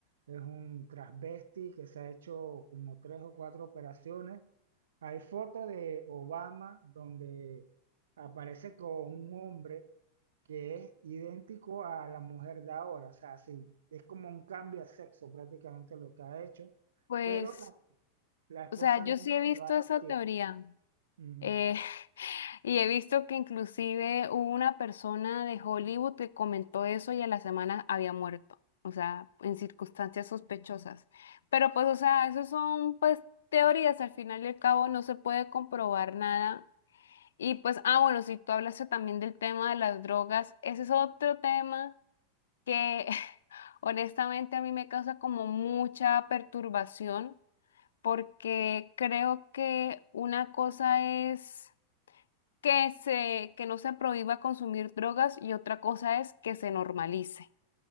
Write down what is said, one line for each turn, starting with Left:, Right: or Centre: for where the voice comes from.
Right: es un transvesti que se ha hecho como tres o cuatro operaciones. Hay fotos de Obama donde aparece con un hombre que es idéntico a la mujer de ahora, o sea, sí, es como un cambio de sexo prácticamente lo que ha hecho,
Left: Pues,
Right: pero la, la esposa
Left: o sea, yo
Right: nunca
Left: sí he visto
Right: lo ha admitido.
Left: esa teoría.
Right: Ujú.
Left: eh, <laughs> y he visto que inclusive hubo una persona de Hollywood que comentó eso y a la semana había muerto, o sea, en circunstancias sospechosas. Pero pues, o sea, eso son pues teorías, al final y al cabo no se puede comprobar nada Y pues, ah, bueno, si tú hablaste también del tema de las drogas, ese es otro tema que <laughs> honestamente a mí me causa como mucha perturbación, porque creo que una cosa es que se, que no se prohíba consumir drogas y otra cosa es que se normalice.